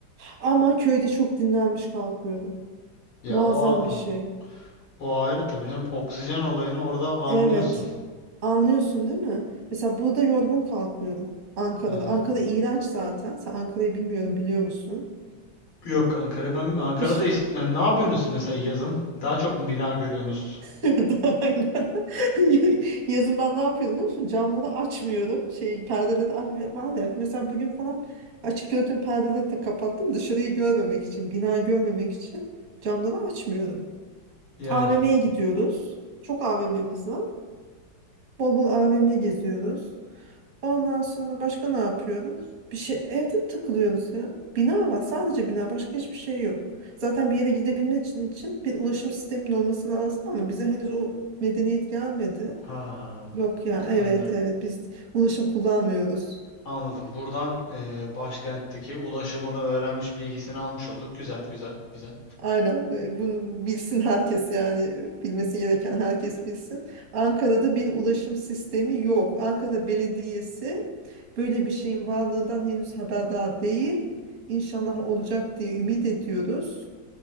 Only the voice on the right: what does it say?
Ama köyde çok dinlenmiş kalkıyorum.
Muazzam
bir şey.
Evet. Anlıyorsun değil mi? Mesela burada yorgun kalkıyorum. Ankara'da.
Ankara iğrenç zaten. Sen Ankara'yı bilmiyorum biliyor musun?
İş
<laughs> daha hala. <laughs> yazın ben ne yapıyordum biliyor musun? Camları açmıyorum. Şey perdeleri açmıyorum. Ben de yap- Mesela bugün falan açık gördüğüm perdeleri de kapattım. Dışarıyı görmemek için, bina görmemek için camları açmıyorum.
AVM'ye gidiyoruz. Çok AVM'miz var. Bol bol AVM geziyoruz. Ondan sonra başka ne yapıyoruz? Bir şey evde takılıyoruz ya. Bina var sadece bina başka hiçbir şey yok. Zaten bir yere gidebilmek için, için bir ulaşım sisteminin olması lazım ama bize henüz o medeniyet gelmedi.
Yok ya evet
evet biz ulaşım kullanmıyoruz.
Aynen e, bunu bilsin herkes yani bilmesi gereken herkes bilsin. Ankara'da bir ulaşım sistemi yok. Ankara Belediyesi böyle bir şeyin varlığından henüz haberdar değil. İnşallah olacak diye ümit ediyoruz.